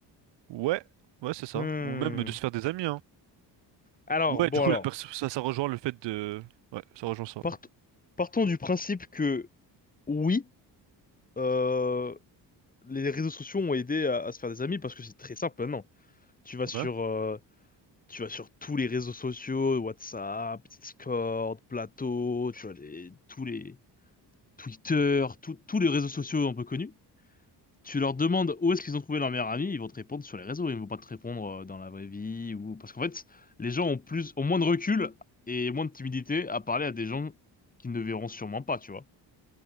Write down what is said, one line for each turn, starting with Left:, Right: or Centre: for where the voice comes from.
Right: Ouais, ouais, c'est ça.
Left: Hmm.
Right: Ou même de se faire des amis, hein.
Left: Alors,
Right: Ouais,
Left: bon,
Right: du coup,
Left: alors,
Right: la perso- ça, ça rejoint le fait de, ouais, ça rejoint ça.
Left: part- partons du principe que oui, euh, les réseaux sociaux ont aidé à, à se faire des amis parce que c'est très simple maintenant. Tu vas
Right: Ouais.
Left: sur, euh, tu vas sur tous les réseaux sociaux, WhatsApp, Discord, Plateau, tu vois les, tous les Twitter, tous tous les réseaux sociaux un peu connus. tu leur demandes où est-ce qu'ils ont trouvé leur meilleur ami, ils vont te répondre sur les réseaux, ils vont pas te répondre euh, dans la vraie vie ou parce qu'en fait, les gens ont plus ont moins de recul et moins de timidité à parler à des gens qu'ils ne verront sûrement pas, tu vois.